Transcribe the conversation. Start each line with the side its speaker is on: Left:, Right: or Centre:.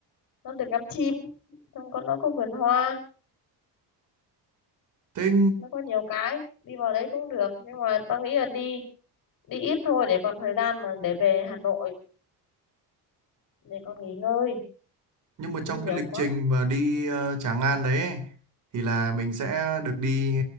Left: nó được ngắm chim xong có nó có vườn hoa
Right: thế
Left: nó có nhiều cái đi vào đấy cũng được nhưng mà tao nghĩ là đi đi ít thôi để còn thời gian mà để về Hà Nội để con nghỉ ngơi
Right: Nhưng mà
Left: đi
Right: trong
Left: nhiều
Right: cái lịch
Left: quá
Right: trình mà đi ờ, Tràng An đấy ấy, thì là mình sẽ được đi